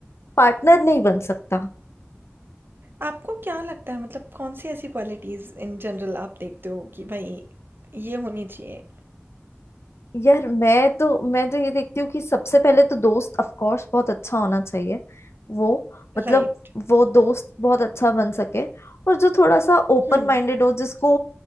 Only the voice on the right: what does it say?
आपको क्या लगता है मतलब कौन-सी ऐसी क्वालिटीज़ इन जनरल आप देखते हो कि भई ये होनी चाहिए?
राइट।
हुँ,